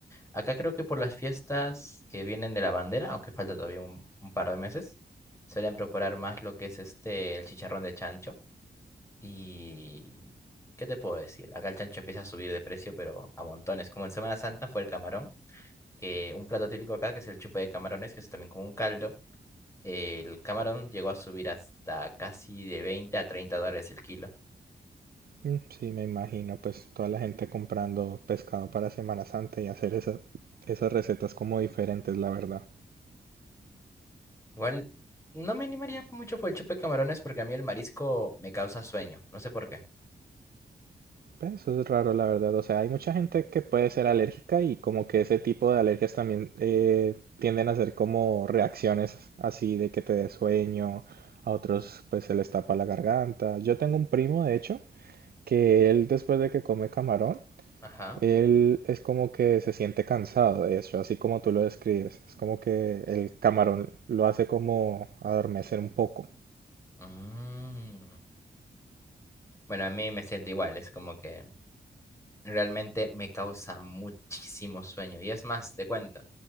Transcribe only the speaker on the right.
Mm, Sí, me imagino pues toda la gente comprando pescado para Semana Santa y hacer esa- esas recetas como diferentes, la verdad.
Pero eso es raro, la verdad. O sea, hay mucha gente que puede ser alérgica y como que ese tipo de alergias también eh, tienden a ser como reacciones así de que te dé sueño, a otros pues se les tapa la garganta. Yo tengo un primo, de hecho, que él después de que come camarón,
Él es como que se siente cansado, de hecho, así como tú lo describes. Es como que el camarón lo hace como adormecer un poco.